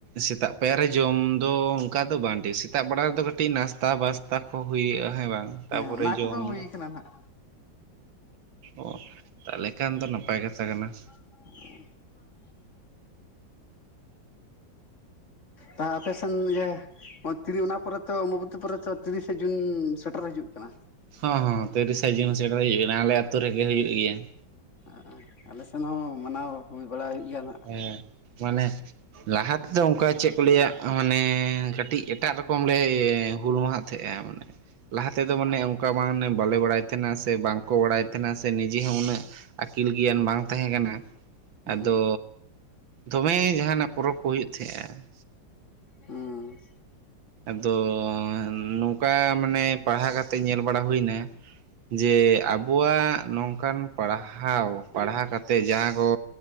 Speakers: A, on the right (about 85°); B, on the left (about 40°).
A: ᱥᱮᱛᱟᱜ ᱯᱟᱨ ᱨᱮ ᱡᱚᱢ ᱫᱚ ᱚᱱᱠᱟ ᱫᱚ ᱵᱟᱝ ᱴᱷᱤᱠ ᱥᱮᱛᱟᱜ ᱵᱮᱲᱟ ᱨᱮᱫᱚ ᱠᱟᱹᱴᱤᱡ ᱱᱟᱥᱛᱟ ᱵᱟᱥᱛᱟ ᱠᱚ ᱦᱩᱭᱩᱜᱼᱟ ᱦᱮᱸ ᱵᱟᱝ ᱛᱟᱯᱚᱨᱮ
B: ᱦᱮᱸ ᱚᱱᱟ
A: ᱡᱚᱢ
B: ᱠᱚᱫᱚ ᱦᱩᱭ
A: ᱫᱚ ᱾
B: ᱠᱟᱱᱟ ᱱᱟᱜ
A: ᱚ ᱛᱟᱦᱚᱞᱮ ᱠᱷᱟᱱ ᱫᱚ ᱱᱟᱯᱟᱭ ᱠᱟᱛᱷᱟ ᱠᱟᱱᱟ ᱾
B: <unintelligible> ᱛᱟ ᱟᱯᱮᱥᱚᱱ ᱜᱮ ᱚᱱᱟ ᱯᱚᱨᱮ ᱛᱚ ᱟᱢᱵᱚᱛᱤ ᱯᱚᱨᱮ ᱛᱚ ᱛᱤᱨᱤᱥᱮ ᱡᱩᱱ ᱥᱮᱴᱮᱨ ᱦᱤᱡᱩᱜ ᱠᱟᱱᱟ ᱾
A: ᱦᱚᱸ ᱦᱚᱸᱮ ᱛᱤᱨᱤᱥᱟ ᱡᱩᱱ ᱥᱮᱴ ᱦᱩᱭᱩᱜ ᱠᱟᱱᱟ ᱟᱞᱮ ᱟᱹᱛᱩ ᱨᱮᱜᱮ ᱦᱩᱭᱩᱜ ᱜᱮᱭᱟ ᱾
B: ᱦᱮ ᱟᱞᱮ ᱥᱮᱱ ᱦᱚᱸ ᱢᱟᱱᱟᱣ ᱦᱩᱭ ᱵᱟᱲᱟ ᱦᱩᱭᱩᱜ ᱜᱮᱭᱟ ᱱᱟᱜ ᱾
A: ᱦᱮᱸ ᱢᱟᱱᱮ ᱞᱟᱦᱟ ᱛᱮᱫᱚ ᱚᱱᱠᱟ ᱪᱮᱫ ᱠᱚ ᱞᱟᱹᱭᱟ ᱢᱟᱱᱮ ᱠᱟᱹᱴᱤᱡ ᱮᱴᱟᱜ ᱨᱚᱠᱚᱢ ᱞᱮ ᱦᱩᱞ ᱢᱟᱦᱟ ᱛᱟᱦᱮᱸᱜᱼᱟ
B: <unintelligible>
A: ᱢᱟᱱᱮ ᱞᱟᱦᱟ ᱛᱮᱫᱚ ᱢᱟᱱᱮ ᱚᱱᱠᱟ ᱵᱟᱝ ᱵᱟᱞᱮ ᱵᱟᱲᱟᱭ ᱛᱟᱦᱮᱱᱟ ᱥᱮ ᱵᱟᱝᱠᱚ ᱵᱟᱲᱟᱭ ᱛᱟᱦᱮᱱᱟ ᱥᱮ ᱱᱤᱡᱮ ᱦᱚᱸ ᱩᱱᱟᱹᱜ ᱟᱹᱠᱤᱞ ᱜᱮᱭᱟᱱ ᱵᱟᱝ ᱛᱟᱦᱮᱸ ᱠᱟᱱᱟ
B: ᱦᱩᱸ
A: ᱟᱫᱚ ᱫᱚᱢᱮ ᱡᱟᱦᱟᱱᱟᱜ ᱯᱚᱨᱚᱵᱽ ᱠᱚ ᱦᱩᱭᱩᱜ ᱛᱟᱦᱮᱸᱼᱟ ᱾
B: ᱦᱩᱸ
A: ᱟᱫᱚ ᱱᱚᱝᱠᱟ ᱢᱟᱱᱮ ᱯᱟᱲᱦᱟᱣ ᱠᱟᱛᱮᱫ ᱧᱮᱞ ᱵᱟᱲᱟ ᱦᱩᱭᱱᱟ ᱡᱮ ᱟᱵᱚᱣᱟᱜ ᱱᱚᱝᱠᱟᱱ ᱯᱟᱲᱦᱟᱣ ᱯᱟᱲᱦᱟᱣ ᱠᱟᱛᱮ ᱡᱟᱦᱟᱸ ᱠᱚ